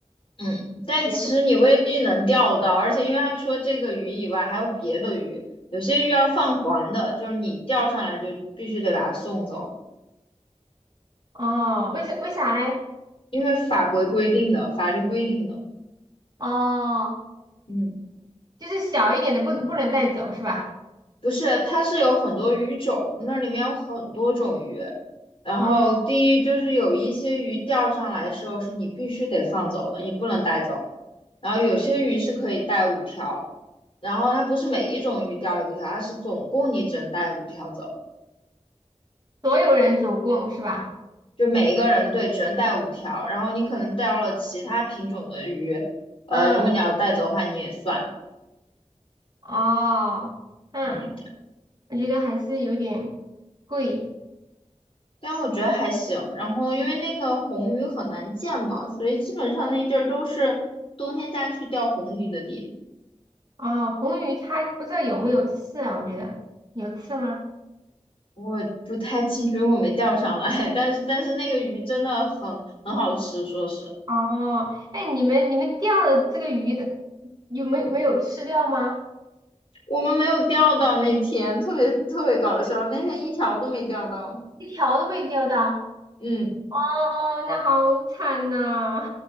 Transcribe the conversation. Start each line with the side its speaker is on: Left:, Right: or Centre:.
Left: 嗯，但其实你未必能钓到，
Right: 也
Left: 而且因为它除了这个鱼以外，还有别的鱼，有些鱼要放还的，就是你钓上来就必须得把它送走，
Right: 哦，为啥为啥嘞？
Left: 因为法规规定的，法律规定的。
Right: 哦，
Left: 嗯，
Right: 就是小一点的不不能带走是吧？
Left: 不是，它是有很多鱼种，那里面有很多种鱼。然后第一就是有一些鱼钓上来的时候是你必须得放走的，
Right: 哦。
Left: 你不能带走。然后有些鱼是可以带五条，然后它不是每一种鱼钓五条，它是总共你只能带五条走。
Right: 所有人总共是吧？
Left: 就每一个人对只能带五条，然后你可能钓了其他品种的鱼，呃，
Right: 嗯，
Left: 如果你要带走的话，你也算，
Right: 哦，嗯，
Left: 嗯，
Right: 我觉得还是有点贵
Left: 但我觉得还行。然后因为那个红鱼很难见嘛，所以基本上那地儿都是冬天家去钓红鱼的地。
Right: 哦。红鱼它不知道有没有刺啊？我觉得有刺吗？
Left: 我不太清楚，因为我没钓上来，但是但是那个鱼真的很很好吃，说是
Right: 哦，哎，你们你们钓了这个鱼的，有没有没有吃掉吗？
Left: 我们没有钓到那天，特别特别搞笑，那天一条都没钓到，
Right: 一条都没钓到。
Left: 嗯。
Right: 哦，那好惨呐、